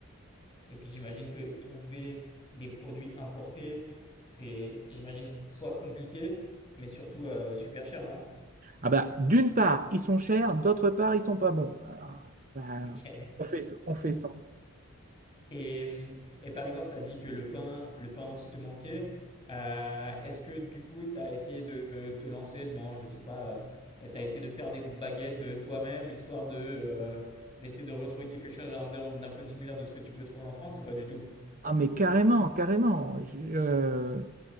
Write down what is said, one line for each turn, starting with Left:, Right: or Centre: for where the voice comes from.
Left: Et puis j'imagine que trouver des produits importés, c'est, j'imagine, soit compliqué, mais surtout euh, super cher, non? <laughs>
Right: Ah bah, d'une part, ils sont chers, d'autre part, ils sont pas bons. Alors, ben,
Left: Ok.
Right: on fait, on fait ça.
Left: Et, et par exemple, tu as dit que le pain, le pain aussi te manquait. Euh, est-ce que du coup, tu as essayé de te lancer dans, je sais pas, tu as essayé de faire des baguettes euh, toi-même, histoire de euh, d'essayer de retrouver quelque chose d'un d'un peu similaire de ce que tu peux trouver en France ou pas du tout?
Right: Ah mais carrément, carrément. Je- euh,